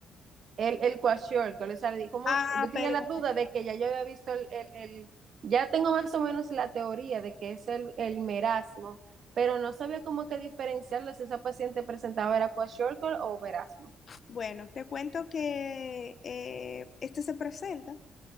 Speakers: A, on the right; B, on the left.
A: El, el Kwashiorkor, o sea, di- ¿cómo?
B: Ah,
A: Yo tenía
B: perdón.
A: la duda de que ya yo había visto el, el, el- ya tengo más o menos la teoría de que es el, el merasmo, pero no sabía cómo que diferenciarlo si esa paciente presentaba era Kwashiorkor o merasmo.
B: Bueno, te cuento que eh, este se presenta